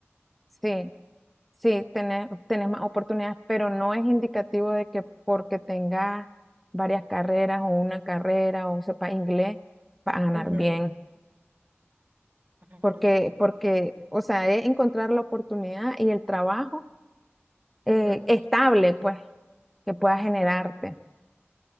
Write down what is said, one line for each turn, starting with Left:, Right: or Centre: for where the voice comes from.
Centre: sí, sí, tener, tener más oportunidades, pero no es indicativo de que porque tengas varias carreras o una carrera o sepa inglés, vas a ganar
Right: Ujú,
Centre: bien.
Right: ojalá.
Centre: Porque, porque, o sea, es encontrar la oportunidad y el trabajo eh,
Right: Ujú,
Centre: estable, pues que pueda generarte.
Right: ujú, ujú.